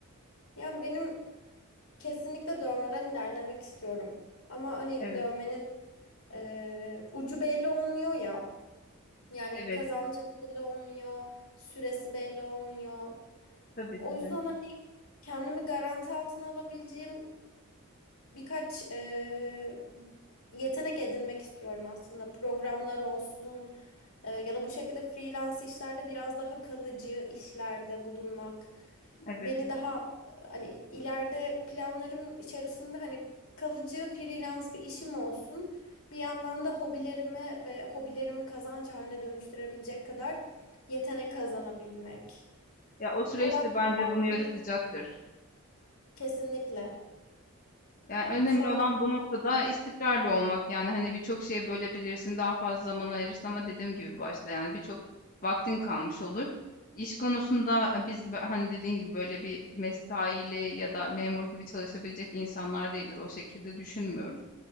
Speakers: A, on the left; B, on the left.
A: Ya benim Kesinlikle dövmeden ilerlemek istiyorum. Ama hani
B: Evet,
A: dövmenin eee, ucu belli olmuyor ya. Yani
B: evet.
A: kazancı belli olmuyor, süresi belli olmuyor.
B: Tabii
A: O
B: tabii.
A: yüzden hani kendimi garanti altına alabileceğim birkaç e, yetenek edinmek istiyorum aslında. Programlar olsun e, ya da bu şekilde freelance işlerde biraz daha kalıcı işlerde bulunmak.
B: Evet
A: Beni
B: evet.
A: daha e, hani ileride planlarım içerisinde hani kalıcı freelance bir işim olsun. Bir yandan da hobilerime ve hobilerimi kazanç haline dönüştürebilecek kadar yetenek kazanabilmek.
B: Ya o
A: Hani
B: süreçte
A: o raddeye
B: bence
A: geldiğimde
B: bunu yaratacaktır.
A: kesinlikle.
B: Yani
A: Yani
B: önemli
A: şu an
B: olan bu noktada istikrarlı olmak. Yani hani birçok şeye bölebilirsin, daha fazla zaman ayırırsın ama dediğim gibi başta yani birçok vaktin kalmış olur. İş konusunda e, biz bö- hani dediğin gibi böyle bir mesaili ya da memur gibi çalışabilecek insanlar değiliz. O şekilde düşünmüyoruz.